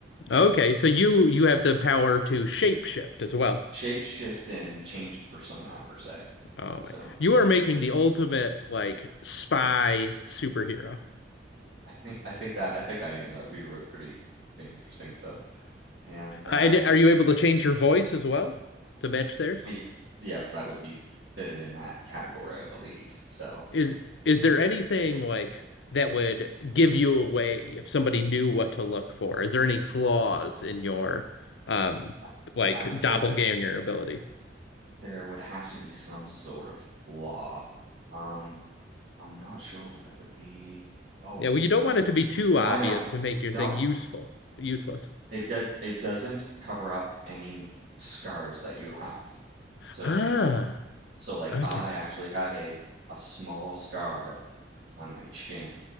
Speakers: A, on the left; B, on the right.
A: Okay, so you you have the power to shapeshift as well.
B: Shape shift and change persona per se.
A: Oh
B: So
A: my. You are making the ultimate like spy superhero.
B: I think I think that I think I am. That would be re- pretty pretty interesting. So and uh,
A: Uh, And are you able to change your voice as well to match theirs?
B: y- yes, that would be fitted in that category, I believe. So
A: is is
B: yeah,
A: there anything like that would give you away if somebody knew what to look for? Is there any flaws in your um
B: I,
A: like
B: I would say
A: doppelganger
B: that.
A: ability?
B: there would have to be some sort of flaw. Um, I'm not sure what that would be. Oh,
A: Yeah, well, you don't
B: um,
A: want it to be too obvious
B: I know.
A: to make your
B: No,
A: thing useful, useless.
B: it does it doesn't cover up any scars that you have. So
A: Ah,
B: if you have so like
A: okay.
B: I actually have a a small scar on my chin